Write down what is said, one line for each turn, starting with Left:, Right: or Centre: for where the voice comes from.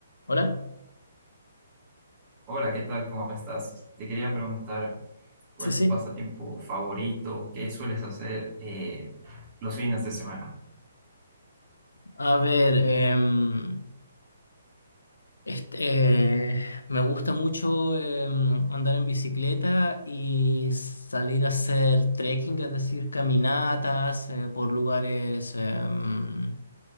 Left: Hola,
Right: Hola, ¿qué tal? ¿Cómo estás? Te quería preguntar, ¿cuál
Left: sí,
Right: es
Left: sí.
Right: tu pasatiempo favorito? ¿Qué sueles hacer eh, los fines de semana?
Left: A ver, em, este, eh, me gusta mucho em, andar en bicicleta y salir a hacer trekking, es decir, caminatas eh, por lugares em,